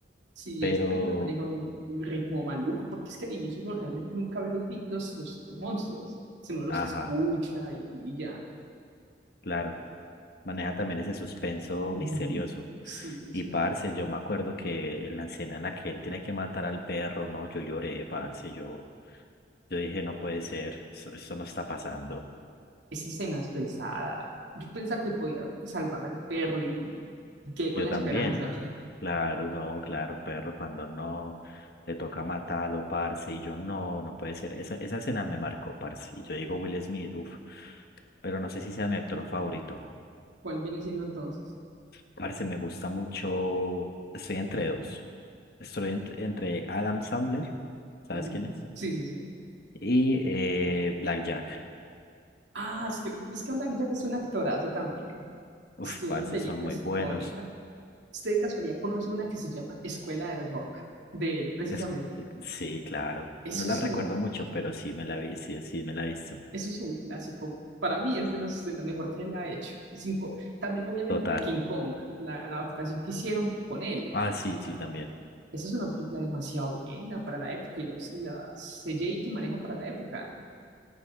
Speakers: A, on the right (about 80°); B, on the left (about 55°).
A: Sí,
B: pero,
A: esa película maneja un, un ritmo maluco, porque es que al inicio uno realmente nunca ve los, vi- los, los, los monstruos, sino los
B: ajá,
A: escucha y, y ya.
B: claro, maneja también ese suspenso
A: Ujú.
B: misterioso.
A: Sí, es
B: Y
A: un-
B: parce, yo me acuerdo que en la escena en la que él tiene que matar al perro, no, yo lloré, parce, yo, yo dije, no puede ser, eso, eso no está pasando.
A: esa escena es pesada. Yo pensaba que podía pues, salvar al perro y, y quedé con
B: Yo
A: la
B: también.
A: esperanza. <laughs>
B: Claro, no, claro, perro, cuando no le toca matarlo, parce, y yo no, no puede ser. Esa, esa escena me marcó, parce. Y yo digo Will Smith, uff, pero no sé si sea mi actor favorito.
A: ¿Cuál viene siendo entonces?
B: Parce, me gusta mucho. Estoy entre dos. Estoy ent- entre Adam Sandler, ¿sabes
A: Ujú.
B: quién es?
A: Sí, sí, sí.
B: Y eh, Black Jack.
A: Ah, es que, es que Black Jack es una actoraza también.
B: Uf,
A: Estuvo
B: parce,
A: en películas
B: son muy buenos.
A: icónicas. ¿Usted de casualidad conoce una que se llama Escuela del Rock? De él, precisamente.
B: Es, sí, claro.
A: Eso
B: No la
A: es
B: recuerdo
A: un
B: mucho, pero sí me la vi, sí, sí me la he visto.
A: Eso es un clásico. Para mí es de los de lo mejor que él ha hecho. Sin co- también obviamente
B: Total.
A: la de King Kong, la, la adaptación que hicieron con él.
B: Ah, sí, sí, también.
A: Esa es una película demasiado buena para la época y los y las CGI que maneja para la época.